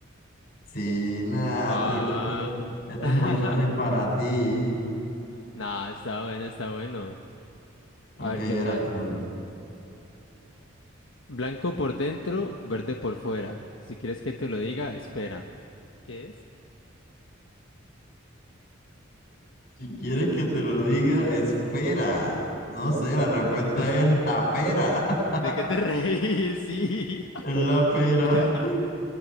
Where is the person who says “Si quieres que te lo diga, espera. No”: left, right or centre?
Left